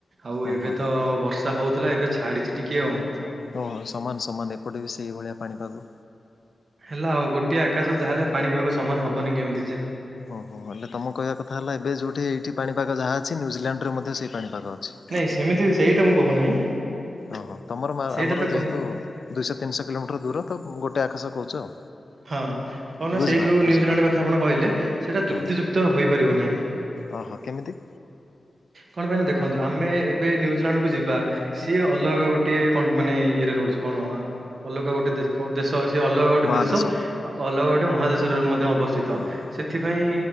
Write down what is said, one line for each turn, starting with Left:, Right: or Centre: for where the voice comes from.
Right: ଆଉ
Left: ଓହୋ
Right: ଏବେ
Left: ହୋ
Right: ତ ବର୍ଷା ହଉଥିଲା ଏବେ ଛାଡ଼ିଛି ଟିକେ ଆଉ
Left: ଓହୋ ସମାନ ସମାନ ଏପଟେ ବି ସେଇଭଳିଆ ପାଣିପାଗ।
Right: ହେଲା ଆଉ ଗୋଟିଏ ଆକାଶ ଯାହା ହେଲେ ପାଣିପଭାଗ ସମାନ ହେବନି କେମିତି ଯେ
Left: ଓହୋ ହେଲେ ତମ କହିବା କଥା ହେଲା ଏବେ ଯୋଉଠି ଏଇଠି ପାଣିପାଗ ଯାହା ଅଛି ନ୍ୟୁଜିଲାଣ୍ଡ ରେ ମଧ୍ୟ ସେଇ ପାଣିପାଗ ଅଛି
Right: ଏ ସେମିତି ସେଇଟା ମୁଁ କହୁନାହିଁ
Left: ଓହୋ ତମର ମା
Right: ସେଇଟା
Left: ଆମର
Right: ତ
Left: ଯେହେତୁ
Right: କହେ
Left: ଦୁଇଶହ ତିନିହ କୋମିଟର ଦୂର ତ ଗୋଟେ ଆକାଶ କହୁୁଚ଼ ଆଉ
Right: ହଁ କଣନା
Left: ବୁଝିପାରିଲି
Right: ସେଇ ଯେଉଁ
Left: ବୁଝିପାରିଲି
Right: ନ୍ୟୁଜିଲାଣ୍ଡ କଥା ଆପଣ କହିଲେ ସେଇଟା
Left: ହଁ
Right: ଯୁକ୍ତିଯୁକ୍ତ ହୋଇପାରିବ ନାହିଁ।
Left: ଓହୋ କେମିତି
Right: କଣ ପାଇଁ ନା ଦେଖନ୍ତୁ ଆମେ ଏବେ ନ୍ୟୁଜିଲାଣ୍ଡକୁ ଯିବା ସିଏ ଅଲଗା ଗୋଟେ ମାନେ ଇଏରେ ରହୁଚି କଣ ଅଲଗା ଗୋଟେ ଦେ ସେ ଅଲଗା ଗୋଟେ
Left: ମହାଦେଶ
Right: ଦେଶ ଅଲଗା ଗୋଟେ ମହାଦେଶରେ ମଧ୍ୟ ଅବସ୍ଥିତ।
Left: ହୁଁ
Right: ଉିତ
Left: ହୁଁ।
Right: ସେଥିପାଇଁ